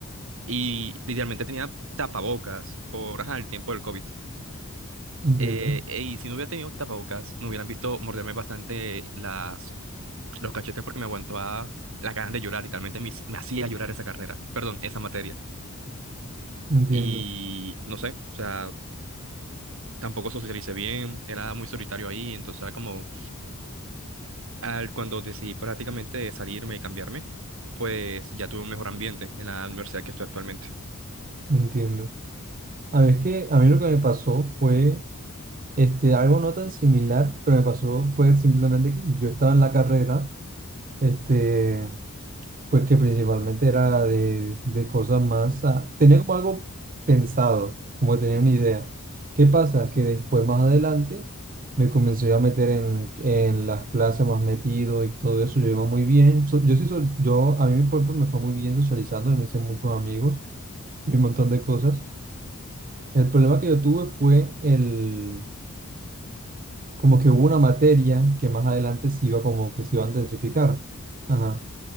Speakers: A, on the right; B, on the right.
A: y literalmente tenía tapabocas por ajá, el tiempo del COVID.
B: entiendo,
A: Eh, y si no hubiera tenido tapabocas, me hubieran visto morderme bastante las, los cachetes porque me aguantaba la ganas de llorar, literalmente me, hic- me hacía llorar esa carrera, perdón, esa materia.
B: entiendo,
A: y no sé, o sea, tampoco socialicé bien, era muy solitario ahí, entonces era como, al, cuando decidí prácticamente salirme y cambiarme, pues ya tuve un mejor ambiente en la universidad que estoy actualmente.
B: entiendo. A mí es que a mí lo que me pasó fue Este, algo no tan similar, pero me pasó fue simplemente que yo estaba en la carrera, este, pues que principalmente era de, de cosas más, ah, tenía como algo pensado, como que tenía una idea. ¿Qué pasa? Que después, más adelante, me comencé a meter en, en las clases más metido y todo eso, yo iba muy bien, so- yo sí, sol- yo, a mí por ejemplo, me fue muy bien socializando, me hice muchos amigos y un montón de cosas. El problema que yo tuve fue el como que hubo una materia que más adelante se iba como que se iba a intensificar. Ajá.